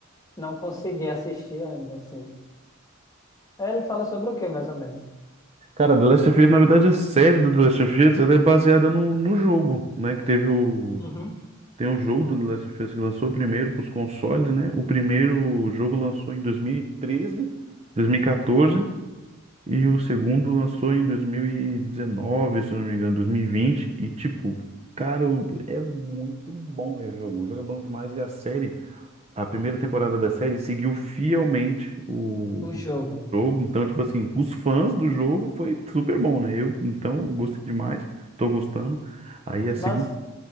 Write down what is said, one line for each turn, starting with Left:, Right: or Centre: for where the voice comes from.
Left: não consegui assistir ainda, assim. Aí ele fala sobre o quê, mais ou menos?
Right: Cara, The Last of Us, na verdade, a série do The Last of Us, ela é baseada no, no jogo, né? Que teve o...
Left: Uhum.
Right: Tem o jogo do The Last of Us que lançou primeiro para os consoles, né? O primeiro jogo lançou em dois dois mil mil e treze dois mil e 2014. E o segundo lançou em 2019, se eu não me engano, 2020. E, vinte. E, tipo, cara, o- é muito bom ver o jogo. O jogo é bom demais. E a série, a primeira temporada da série seguiu fielmente o
Left: O jogo.
Right: o jogo. Então, tipo assim, os fãs do jogo foi super bom, né? Eu, então, gostei demais. Tô gostando. Aí a segunda.
Left: Mas,